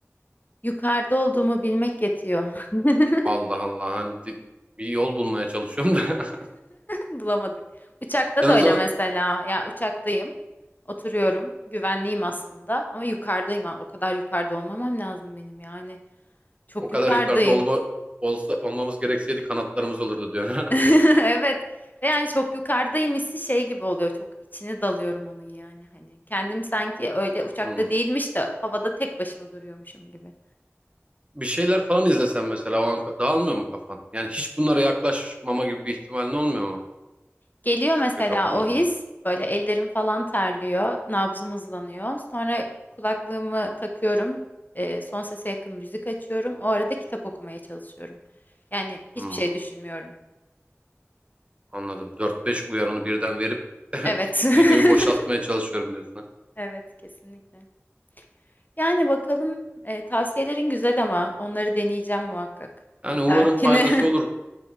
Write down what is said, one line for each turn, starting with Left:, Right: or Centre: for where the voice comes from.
Left: Yukarıda olduğumu bilmek yetiyor. <laughs>
Right: Allah Allah hani di- bir yol bulmaya çalışıyorum da. <laughs>
Left: Bulamadık. Uçakta
Right: Sen
Left: da
Right: o
Left: öyle
Right: zaman
Left: mesela. Ya uçaktayım. Oturuyorum. Güvenliyim aslında. Ama yukarıdayım. ha. O kadar yukarıda olmamam lazım benim yani. Çok
Right: o kadar
Left: yukarıdayım.
Right: yukarıda olma olsa olmamız gerekseydi kanatlarımız olurdu diyorsun
Left: <laughs>
Right: <laughs>
Left: Evet. Ve Yani çok yukarıdayım hissi şey gibi oluyor. Çok içine dalıyorum onun yani. Hani kendim sanki öyle uçakta
Right: Hmm.
Left: değilmiş de havada tek başıma duruyormuşum gibi.
Right: Bir şeyler falan izlesen mesela o an ka- dağılmıyor mu kafan? Yani hiç bunlara yaklaşmama gibi bir ihtimalin olmuyor mu?
Left: Geliyor
Right: Fikre
Left: mesela
Right: kapılmama
Left: o his.
Right: gibi.
Left: Böyle ellerim falan terliyor. Nabzım hızlanıyor. Sonra kulaklığımı takıyorum. e, son sese yakın müzik açıyorum. O arada kitap okumaya çalışıyorum. Yani hiçbir
Right: Hmm,
Left: şey düşünmüyorum.
Right: anladım. dört beş uyarını birden verip <laughs>
Left: Evet.
Right: zihnimi
Left: <laughs>
Right: boşaltmaya çalışıyorum diyorsun ha.
Left: Evet, kesinlikle. Yani bakalım e, tavsiyelerin güzel ama onları deneyeceğim muhakkak
Right: Yani
Left: bir
Right: umarım
Left: dahakine.
Right: faydası olur.